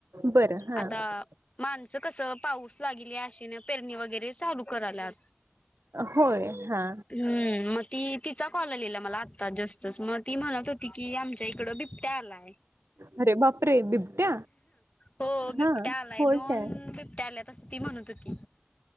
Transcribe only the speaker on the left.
आता माणसं कस पाऊस लागल आशेन पेरणी वगैरे चालू कराल्यात
हम्म मग ती तिचा कॉल लिहिला मला आत्ता जस् जस मग ती म्हणत होती की आम तड बिबट्या आलाय
हो बिबट्या
आलाय
दोन
बिबट्या आल्या त ती म्हणत होती